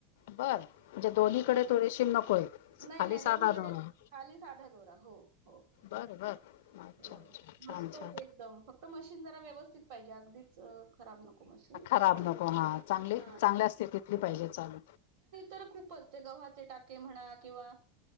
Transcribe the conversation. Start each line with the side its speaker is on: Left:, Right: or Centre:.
Left: बर म्हणजे दोन्हीकडे
Right: हं.
Left: थोडेशीर नकोय?
Right: नाही
Left: खाली
Right: नाही
Left: साधा
Right: दोन्हीकडे
Left: दोरा
Right: खाली साधा दोरा हो हो
Left: बरं बरं अच्छा
Right: हो
Left: अच्छा
Right: मस्त
Left: छान
Right: होते
Left: छान
Right: एकदम फक्त मशीन जरा व्यवस्थित पाहिजे अगदी खराब नको मशीन
Left: खराब नको चांगली
Right: हा
Left: चांगल्या स्थितीतली पाहिजे चालू
Right: तर खूपच गव्हाचे टाके म्हणा किंवा